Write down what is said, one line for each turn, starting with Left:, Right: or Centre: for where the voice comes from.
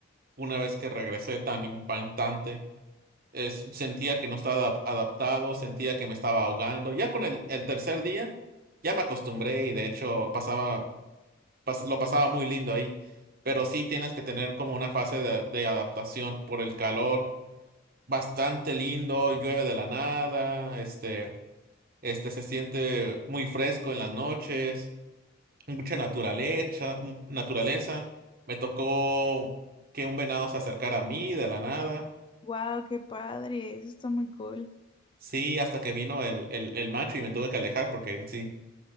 Right: una vez que regresé tan impactante. Es- sentía que no estaba adap- adaptado, sentía que me estaba ahogando. Ya con el, el tercer día ya me acostumbré y de hecho pasaba pas- lo pasaba muy lindo ahí. Pero sí tienes que tener como una fase de, de adaptación por el calor. Bastante lindo, llueve de la nada, este, este se siente muy fresco en las noches, mucha naturaleza, m- naturaleza. Me tocó que un venado se acercara a mí de la nada.
Left: Wow, qué padre, eso está muy cool.
Right: Sí, hasta que vino el, el, el macho y me tuve que alejar porque él sí